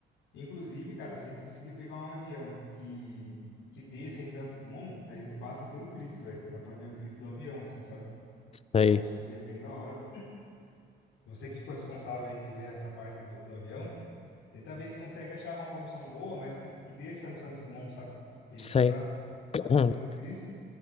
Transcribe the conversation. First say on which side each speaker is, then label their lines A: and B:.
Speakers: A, on the left (about 85°); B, on the left (about 30°).
A: Inclusive, cara, se a gente conseguir pegar um avião que, que desça em Santos Dumont, a gente passa pelo Cristo, velho. Então dá pra ver o Cristo do avião, assim, sabe?
B: Aí,
A: Então acho que seria bem da hora. Você que ficou responsável aí de ver essa parte do, do avião, tenta ver se consegue achar uma promoção boa, mas que, que desça no Santos Dumont, sabe? Que
B: sei.
A: dá pra passar
B: <clears throat>
A: pelo Cristo.